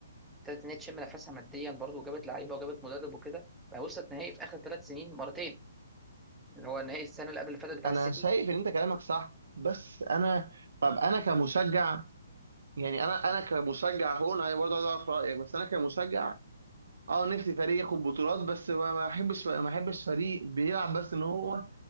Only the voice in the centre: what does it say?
ابتدت ان هي تشم نفسها ماديا برضو وجابت لعيبه وجابت مدرب وكده بقى وصلت نهائي في اخر ثلاث سنين مرتين اللي هو النهائي السنه اللي قبل اللي فاتت بتاع
السيتي